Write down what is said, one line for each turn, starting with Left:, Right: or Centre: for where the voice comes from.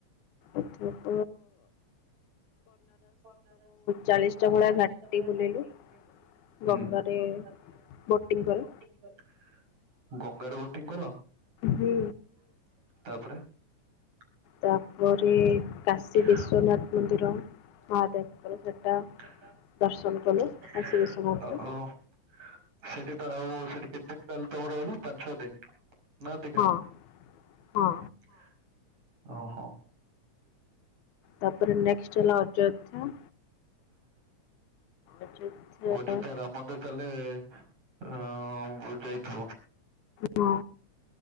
Left: ଆଚ୍ଛା।
Right: ବ ସବୁ
Left: ଚାଳିଶଟା ଭଳିଆ
Right: ଚାଳିଶ
Left: ଘାଟି
Right: ଟା ଭଳିଆଟି
Left: ବୁଲିଲୁ
Right: ବୁଲିଲୁ
Left: ଗଙ୍ଗାରେ
Right: ଗଙ୍ଗ କ
Left: ବୋଟିଂ କରି
Right: ଗ <inaudible> ିଙ୍କଲ
Left: ହୁଁ
Right: <inaudible> ତାପରେ ସେଠି
Left: ତାପରେ
Right: ତ
Left: କାଶୀ ବିଶ୍ୱନାଥ
Right: ଆଉ
Left: ମନ୍ଦିର
Right: ସେଠି
Left: ମହାଦେବଙ୍କର
Right: କେତେ
Left: ସେଟା
Right: ଦିନ
Left: ଦର୍ଶନ
Right: ତାହେଲେ
Left: କଲୁ କାଶୀ ବିଶ୍ୱନାଥକୁ
Right: ତମର ରହିଲ ପାଞ୍ଚ ଛଅ ଦିନ ନା ଟିକା
Left: ହଁ ହଁ
Right: ହ ହଁ।
Left: ତାପରେ ନେକ୍ସଟ ହେଲା ଅଯୋଧ୍ୟା ଅଯୋଧ୍ୟା
Right: ଓ ଯଦି ଆାମ ମନ୍ଦିର ତାହେଲେ ହ ବୁଝାଇଥିବ <inaudible>
Left: ହଁ।